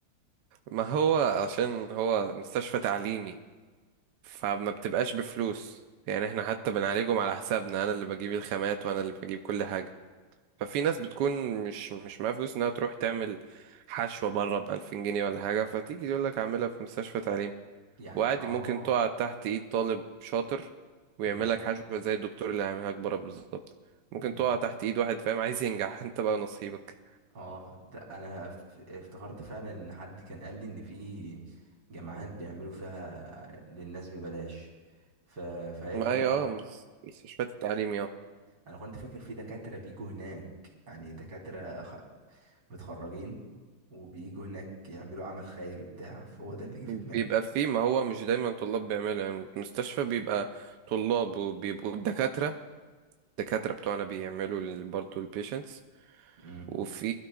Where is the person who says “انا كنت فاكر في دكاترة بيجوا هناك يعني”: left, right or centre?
Right